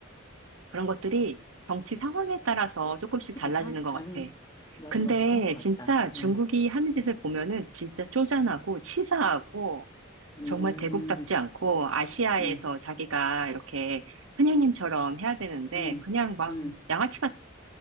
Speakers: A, on the right; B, on the left.
A: 그런 것들이 정치 상황에 따라서 조금씩
B: 그치,
A: 달라지는
B: 다
A: 것
B: 다른,
A: 같아.
B: 맞아,
A: 근데
B: 맞아. 그런 것 같다.
A: 진짜 중국이
B: 응.
A: 하는 짓을 보면은 진짜 쪼잔하고 치사하고
B: 음,
A: 정말 대국답지 않고 아시아에서
B: 음,
A: 자기가 이렇게 큰형님처럼 해야 되는데
B: 음,
A: 그냥 막
B: 음,
A: 양아치 같아.